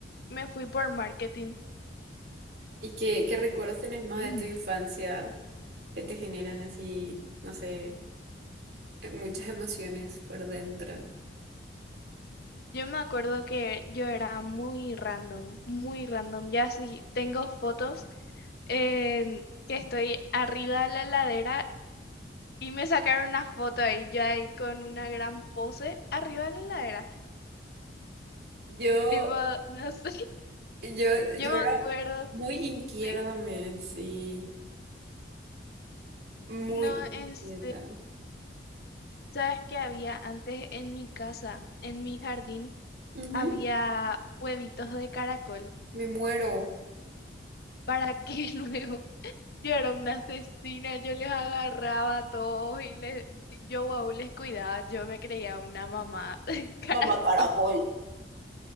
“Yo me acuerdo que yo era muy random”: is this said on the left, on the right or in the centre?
Left